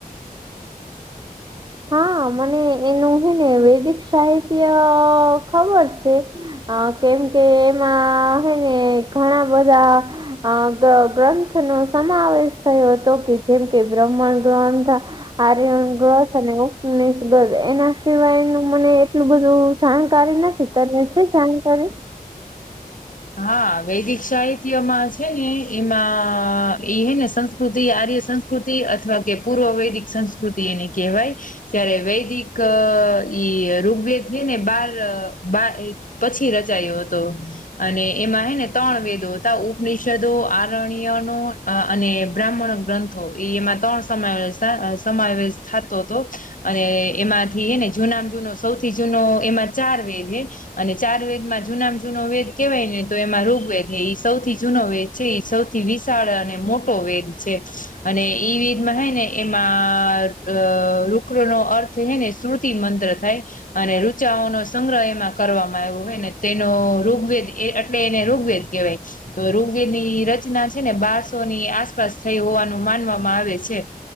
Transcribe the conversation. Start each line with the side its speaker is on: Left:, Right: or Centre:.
Left: <inaudible>
Right: હા મને એનું હે ને વૈદિક સાહિત્ય ખબર છે. અ કેમ કે એમાં હ ને ઘણા બધા અ ગ્રંથ નો સમાવેશ થયો હતો કે જેમ કે બ્રહ્મણ ગ્રંથ. આર્યન ગથ અને ઉપસ ગથ એના સિવાયનું મને એટલું બધું જાણકારી નથી તને છે જાણકારી?
Left: હા વૈદિક સાહિત્યમાં છે ને એમાં એ હે ને સંસ કૃતિ આર્ય સંસ્કૃતિ અથવા કે પૂર્વ વૈદિક સંસ્કૃતિ એને કહેવાય. જ્યારે વૈદિક ઈ ઋગ્વેેદ છે ને બાર બા એ પછી રચાયો હતો. અને એમાં હે ને ત્રણ વેદો હતા ઉપનિષદો આરણ્યનો આ અને બ્રાહ્મણ ગ્રંથ. તો એમાં ત્રણ સમાવેશા અ સમાવેશ થાતો હતો. અને એમાંથી એને જૂના મ જૂનો સૌથી જૂનો એમાં ચાર વેદ ને. અને ચાર વેદ માં જૂના મ જૂનો વેદ કેવાય ને તો એમાં ઋગ્વેદ ઈ સૌથી જૂનો વેદ છે ઈ સૌથી વિશાળ અને મોટો વેદ છે. અને ઈ વિધમાં હે ને એમાં અ રુક્ર નો અર્થ હે ને સુરતી મંત્ર થાય. અને રુચાઓ નો સંગ્રહ એમાં કરવામાં આવ્યો હોય ને તેનો ઋગ્વેદ એ અટલે એને ઋગ્વેદ કહેવાય તો ઋગ્વેદની રચના છે, ને બારસોની આસ પાસ થઈ હોવાનું માનવામાં આવે છે.